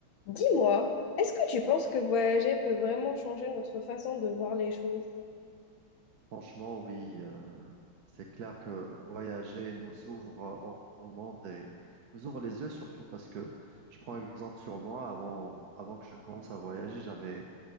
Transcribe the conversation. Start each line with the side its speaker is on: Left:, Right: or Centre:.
Left: Dis-moi, est-ce que tu penses que voyager peut vraiment changer notre façon de voir les choses?
Right: Franchement, oui, euh, c'est clair que voyager nous ouvre euh, au au monde et nous ouvre les yeux surtout parce que je prends un exemple sur moi. Avant, avant que je ne commence à voyager, j'avais,